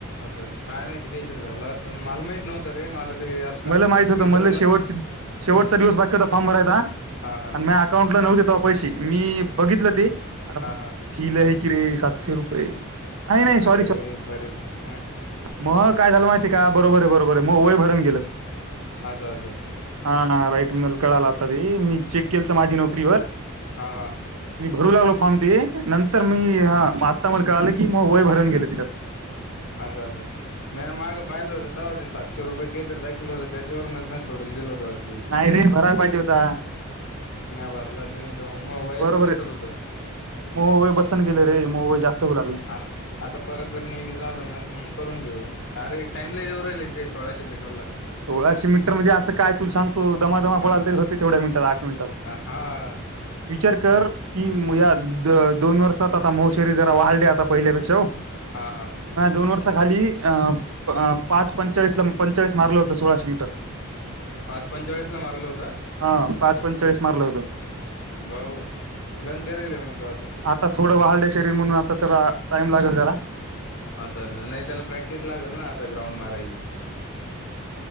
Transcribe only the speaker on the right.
मला माहित होत
मला शेवट शेवटचा
दिवस बाकी होता फॉर्म भरायचा
आणि म अकाउंटला नव्हते पैसे. मी बघितलं
ते
फि लय कि रे. सातशे रुपये. नाही
सॉरी सॉरी
मग काय झालं माहिती का बरोबर आहे बरोबर मग वय भरून गेलं
हा राईट मला कळाले आता ते मी चेक केलं तर माझी नोकरीवर
मी भरू लागलो फॉम ते नंतर मी ह ता मला कळलं की मग वय भरण गेले तिच्यात
नाही रे भरायला पाहिजे होता
बरोबर
आहे
मग वय बसना गेले रे म्हणून वय जास्त होऊ लागलं
सोळाशे मीटर म्हणजे असं काय तु सांग त दमादमा
पळया तरी हो तेव्या मिनिटात आठ मिनट
विचार कर कर कि
या दोन वर्षात आता मोशरी जरा वाढली आता पहिल्यापेक्षा ओ
ह दोन वर्ष खाली अं पाच पंचाळीस पंचाळीस मारलं होत सोळाशे मीटर
हा पाच पंचाळीस मारला होतो
आता थोडं वाढले शरीर म्हणून आता तर टाइम लागेल जरा